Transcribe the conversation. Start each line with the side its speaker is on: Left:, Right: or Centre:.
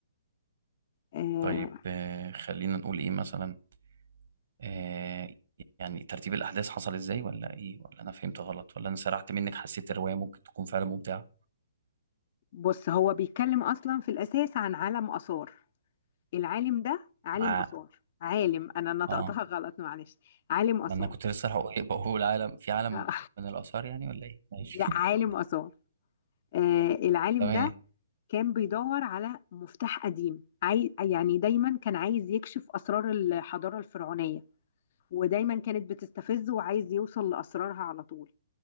Left: آه
Right: طيب آه، خلينا نقول ايه مثلا آه، يعني ترتيب الاحداث حصل ازاي ولا ايه ولا انا فهمت غلط ولا انا سرحت منك حسيت الروايه ممكن تكون فعلا ممتعه
Left: بص هو بيتكلم اصلا في الاساس عن عالم اثار العالم ده عالم
Right: ع-
Left: اثار عالم انا نطقتها
Right: اه
Left: غلط معلش عالم اثار
Right: ما انا كنت لسه هقول إيه، بقول عالم في عالم
Left: <laughs> آه،
Right: من الاثار يعني ولا ايه ماشي
Left: لا
Right: <laughs>
Left: عالم اثار آه العالم
Right: تمام
Left: ده كان بيدور على مفتاح قديم عاي... يعني دايما كان عايز يكشف أسرار الحضارة الفرعونية ودايما كانت بتستفزه وعايز يوصل لأسرارها على طول